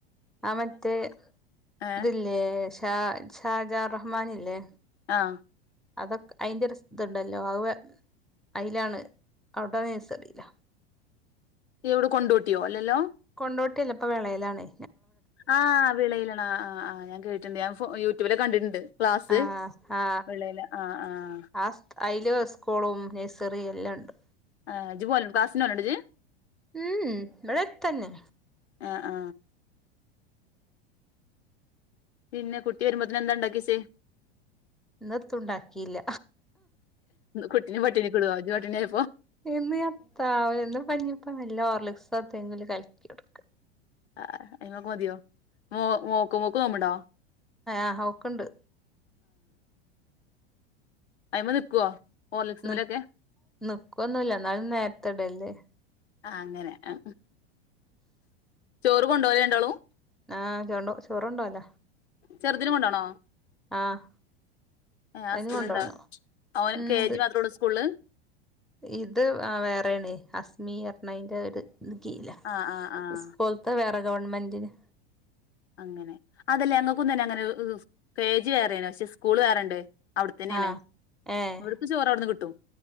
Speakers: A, in the centre; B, on the left (about 85°).
A: ആ മറ്റേ
B: ഏഹ്
A: ഇതില്ലേ ഷാ ഷാജാറഹ്മാൻ ഇല്ലേ
B: ആ
A: അതൊക്കെ അയിന്റെ രസ ഇതുണ്ടല്ലോ അ അയ്ലാണ് അവ്ടെ നയ്സറീല.
B: ഇയ്യെവിടെ കൊണ്ടോട്ടിയോ അല്ലല്ലോ?
A: കൊണ്ടോട്ടില്ല ഇപ്പ വിളയിലാണ്.
B: ആഹ് വിളയിലാണ് ആ ആ ആ ഞാൻ കേട്ടുണ്ട് ഞാ യൂട്യൂബിലൊക്ക കണ്ടിട്ടുണ്ട്. ക്ലാസ്
A: ആ ആ
B: വിളയില് ആഹ് ആഹ്
A: അ അയില് സ്കൂളും നയ്സ് ചെറിയല്ലാംണ്ട്.
B: ആഹ് ജ് ക്ലാസിനോവൽണ്ടോ ജ്.
A: ഉംഉ ഇവടട്തന്നെ.
B: അ ആ പിന്നെ കുട്ടി വരുമ്പോത്തിന് എന്താണ്ടാക്കിച്ചേ?
A: ഇന്നെത്തും ഉണ്ടാക്കിയില്ല
B: കുട്ടിനെ പട്ടിണികുടവോ ജ് പട്ടിണിയ
A: ഇന്ന് എത്താ വന്ന് പഞ്ഞിപ്പ നല്ല ഓർലിക്സും എന്തെങ്കിലും കലക്കി കൊടുക്ക.
B: ആ അയ്മോക്ക് മതിയോ മോ മോക്ക് മോക്ക് നോമ്പുണ്ടോ?
A: ആ ഔക്ണ്ട്.
B: അയ്മ നിക്കുവോ? ഹോർലിക്സുമ്മലൊക്കെ
A: ന്ന ന്നിക്കൊന്നുല്ല ന്നാലും നേരത്തെ ഇടല്ണ്ട്.
B: ആ അങ്ങനെ അ ചോറ് കൊണ്ടോ രണ്ടാളും?
A: ആഹ ചോ ചോറുണ്ടോവല.
B: ചെറുതിനു കൊണ്ടാണോ?
A: ആഹ് അതിന്
B: ആ സ്കൂള്ണ്ട
A: കൊണ്ടോണം
B: അവന് കെ
A: ഉണ്ട്
B: ജി മാത്രള്ളു സ്കൂളില്?
A: ഇത് ആ വേറെണ് അസ്മി ണയ്ന്റെത് കീഴിലാ
B: ആഹ് ആഹ് ആഹ്
A: സ്കൂള്ത്തെ വേറെ ഗവൺമെന്റിന്
B: അങ്ങനെ അതല്ലേയ് ങ്ങക്കും തന്നെ അങ്ങനെ ഇഹ് കെ ജി വേറെണ് പക്ഷെ സ്കൂൾ വേറെണ്ട്. അവിടെത്തന്നെണ്
A: ആഹ് ഏഹ്
B: ഇവർക്ക് ചോറ് അവിടുന്ന് കിട്ടും.